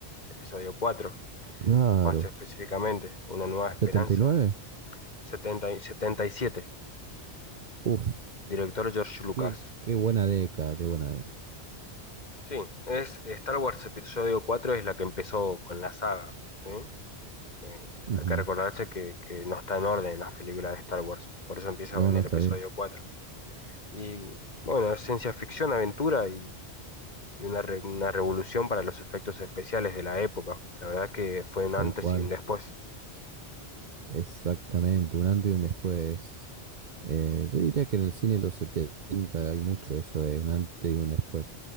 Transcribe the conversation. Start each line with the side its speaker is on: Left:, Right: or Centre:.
Left: episodio 4
Right: Claro.
Left: más específicamente, Una Nueva Esperanza,
Right: setenta y nueve
Left: setenta y setenta y siete
Right: Uf,
Left: director George Lucas.
Right: qué, qué buena década, qué buena década.
Left: Sí, es Star Wars Episodio cuatro es la que empezó con la saga, ¿sí? Eh,
Right: Ujú.
Left: hay que recordarse que, que no está en orden las películas de Star Wars, por eso empieza
Right: No,
Left: en
Right: no,
Left: el
Right: está
Left: episodio
Right: bien.
Left: 4. Y bueno, es ciencia ficción, aventura y, y una, re- una revolución para los efectos especiales de la época. La verdad que fue un antes
Right: Tal cual.
Left: y un después.
Right: Exactamente, un antes y un después. Eh, yo diría que en el cine de los 70 hay mucho eso de un antes y un después.